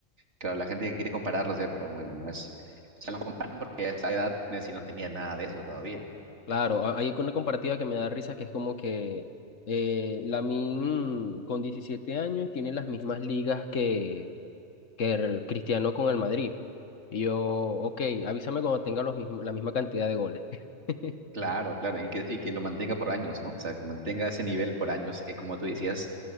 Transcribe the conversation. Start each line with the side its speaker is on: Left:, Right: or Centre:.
Right: Claro, la gente quiere compararlos ya, pero bueno, no es, se lo comparan porque a esa edad Messi no tenía nada de eso todavía.
Left: Claro, a- hay una comparativa que me da risa que es como que eh, Lamine con 17 años tiene las mismas ligas que, que el Cristiano con el Madrid. Y yo, ok, avísame cuando tenga los mismos, la misma cantidad de goles. <laughs>
Right: Claro, claro, y que, y que lo mantenga por años, ¿no? O sea, que mantenga ese nivel por años, eh, como tú decías,